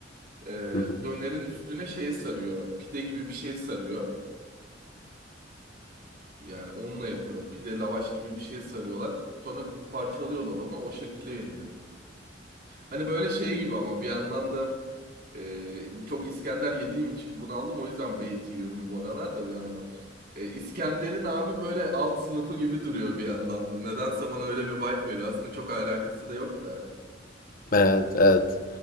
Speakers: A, on the right (about 55°); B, on the left (about 50°).
A: Ee,
B: Hı hı.
A: dönerin üstüne şey sarıyor. Pide gibi bir şey sarıyor. Yani onunla yapıyorlar. Pide lavaş gibi bir şey sarıyorlar. Sonra parçalıyorlar onu. O şekilde yeniyor. Hani böyle şey gibi ama bir yandan da e, çok İskender yediğim için bunaldım. O yüzden beyti yiyorum bu aralar da bir yandan. E, İskender'in abi böyle alt sınıfı gibi duruyor bir yandan da. Nedense bana öyle bir vibe veriyor. Aslında çok alakası da yok da.
B: Evet evet.